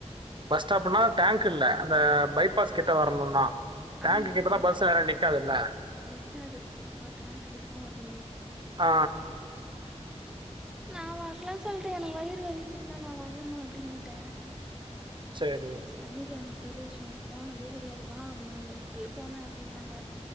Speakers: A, on the right; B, in the centre.
A: பஸ் ஸ்டாபுனா டேங்க் இல்ல அந்த பைபாஸ் கிட்ட வரணுனா டேங்க்கு
B: ஆமா
A: கிட்டதா
B: பை
A: பஸ் வேற நிக்காதுல்ல
B: நிக்காது ம் அப்ப டேங்க்கு கிட்ட தா வர்ணுமே
A: ஆ
B: <inaudible> நா வர்லன் சொல்ட்ட எனக்கு வயிறு வலிதுமா நா வர்லமா அப்டின்னுட்ட
A: சேரி
B: சனிக்கெழம பிரதோஷ போனதே கெடயாது வாம்மு எப்புயோ போனே அப்டின்னாங்க